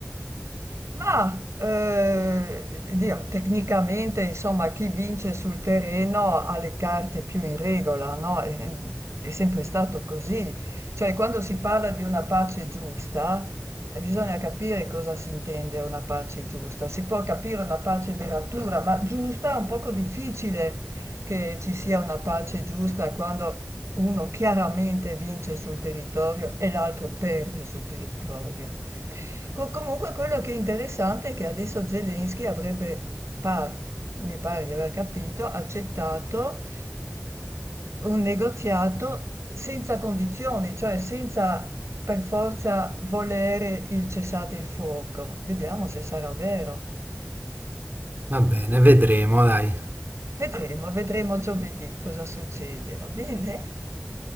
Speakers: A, on the right; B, on the right.
A: Mah, ehm, Dio, tecnicamente insomma chi vince sul terreno ha le carte più in regola, no, ehm, è sempre stato così. Cioè quando si parla di una pace giusta, eh, bisogna capire cosa si intende una pace giusta. Si può capire una pace duratura, ma giusta è un poco difficile che ci sia una pace giusta quando uno chiaramente vince sul territorio e l'altro perde sul territorio. Co- comunque quello che è interessante è che adesso Zelensky avrebbe, par- mi pare di aver capito, accettato un negoziato senza condizioni, cioè senza per forza volere il cessate il fuoco. Vediamo se sarà vero.
B: Va bene, vedremo, dai.
A: Vedremo, vedremo giovedì cosa succede, va bene?